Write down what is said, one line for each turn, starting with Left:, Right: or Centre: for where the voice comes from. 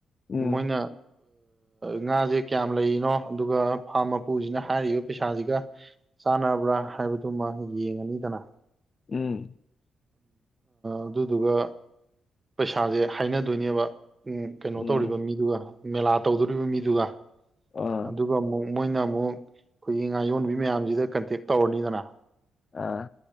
Left: ꯎꯝ
Right: ꯃꯣꯏꯅ ꯉꯥꯁꯦ ꯀꯌꯥꯝ ꯂꯩꯔꯤꯅꯣ ꯑꯗꯨꯒ ꯐꯥꯝ ꯃꯄꯨꯁꯤꯅ ꯍꯥꯏꯔꯤꯕ ꯄꯩꯁꯥꯁꯤꯒ ꯆꯥꯟꯅꯕ꯭ꯔꯥ ꯍꯥꯏꯕꯗꯨꯃ ꯌꯦꯡꯉꯅꯤꯗꯅ
Left: ꯎꯝ
Right: ꯑꯗꯨꯗꯨꯒ ꯄꯩꯁꯥꯁꯦ ꯍꯥꯏꯅꯗꯣꯏꯅꯦꯕ ꯎꯝ ꯀꯩꯅꯣ
Left: ꯎꯝ
Right: ꯇꯧꯔꯤꯕ ꯃꯤꯗꯨꯒ ꯃꯦꯂꯥ ꯇꯧꯗꯣꯔꯤꯕ ꯃꯤꯗꯨꯒ
Left: ꯑꯥ
Right: ꯑꯗꯨꯒ ꯑꯃꯨꯛ ꯃꯣꯏꯅ ꯑꯃꯨꯛ ꯑꯩꯈꯣꯏꯒꯤ ꯉꯥ ꯌꯣꯟꯕꯤ ꯃꯌꯥꯝꯁꯤꯗ ꯀꯟꯇꯦꯛ ꯇꯧꯔꯅꯤꯗꯅ
Left: ꯑꯥ